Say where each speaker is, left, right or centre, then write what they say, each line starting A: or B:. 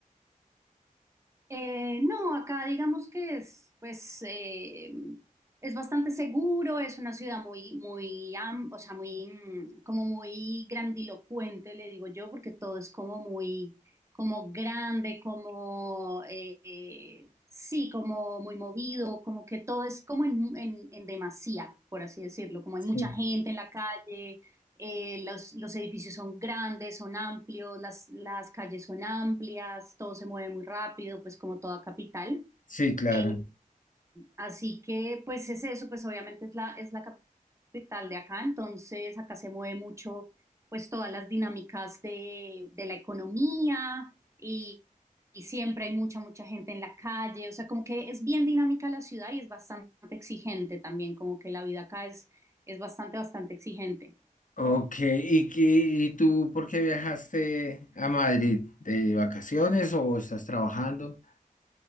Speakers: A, on the right; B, on the left.
A: Eh, no, acá digamos que es, pues, eh, es bastante seguro, es una ciudad muy, muy, am- o sea, muy, mm, como muy grandilocuente, le digo yo, porque todo es como muy, como grande, como, eh, eh, sí, como muy movido, como que todo es como en, en, en demasía, por así decirlo, como hay
B: Sí.
A: mucha gente en la calle, eh, los, los edificios son grandes, son amplios, las, las calles son amplias, todo se mueve muy rápido, pues como toda capital.
B: Sí, claro.
A: Eh, así que pues es eso, pues obviamente es la, es la capital de acá, entonces acá se mueve mucho pues todas las dinámicas de, de la economía y, y siempre hay mucha, mucha gente en la calle, o sea, como que es bien dinámica la ciudad y es bastante exigente también, como que la vida acá es, es bastante, bastante exigente.
B: Ok, ¿y, qué- y tú por qué viajaste a Madrid? ¿De vacaciones o estás trabajando?